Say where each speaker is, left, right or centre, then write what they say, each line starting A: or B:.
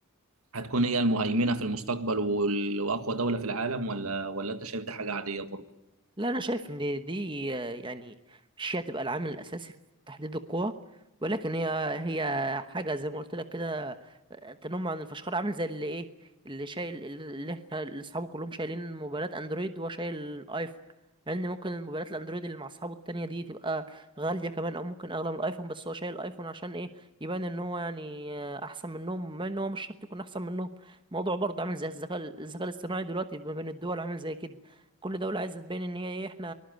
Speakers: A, on the right; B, on the right.
A: هتكون هي المهيمنة في المستقبل وال- وأقوى دولة في العالم ولا ولا أنت شايف دي حاجة عادية برضو؟
B: لا انا شايف ان دي آه، يعني مش هي تبقى العامل الاساسي في تحديد القوى ولكن هي هي حاجه زي ما قلت لك كده آه، تنم عن الفشخار عامل زي اللي ايه اللي شايل اللي احنا اللي اصحابه كلهم شايلين موبايلات اندرويد وهو شايل ايفون مع ان ممكن الموبايلات الاندرويد اللي مع اصحابه التانية دي تبقى غاليه كمان او ممكن اغلى من الايفون بس هو شايل الايفون عشان ايه يبان ان هو يعني آه، احسن منهم مع ان هو مش شرط يكون احسن منهم الموضوع برضه عامل زي الذكاء الذكاء الاصطناعي دلوقتي ما بين الدول عامل زي كده كل دولة عايزة تبين ان هي ايه احنا